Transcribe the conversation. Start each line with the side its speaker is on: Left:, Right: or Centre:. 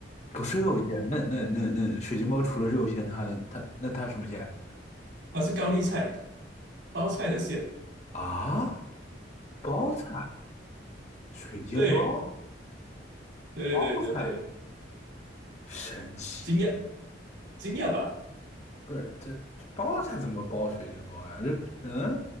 Left: 不是肉馅，那那那那水晶包除了肉馅，它还能它那它什么馅
Right: 它是高丽菜包菜的馅。
Left: 啊？包菜，水晶包
Right: 对对对对对，
Left: 包菜，神奇！
Right: 惊讶惊讶吧？
Left: 不是这这包菜怎么包水晶包呀？这嗯，